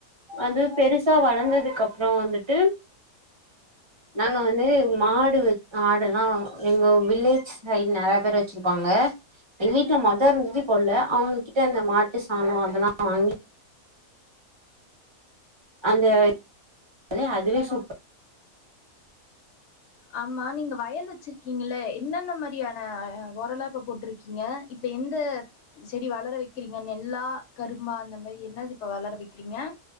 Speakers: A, on the right; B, on the left.
A: அது பெருசா வளந்ததுக்கு அப்றோ வந்துட்டு நாங்க வந்து மாடு ஆடெல்லா எங்க வில்லேஜ் கள் நெறைய பேர் வச்சிருப்பாங்க ட்ட மொதோ இருந்தது இப்போ இல்ல அவங்ககிட்ட இந்த மாட்டு சாணொ அதெல்லா வாங்கி அந்த <inaudible> அதுவே சூப்பர்
B: ஆமா நீங்க வயல் வச்சிருக் கீங்களே என்னென்ன மாரியான ஒரல்லா இப்போ போட்டிருக்கீங்க இப்ப எந்த செடி வளர வைக்கிறீங்க நெல்லா கரும்பா அந்த மாரி என்னது இப்ப வளர வைக்கிறீங்க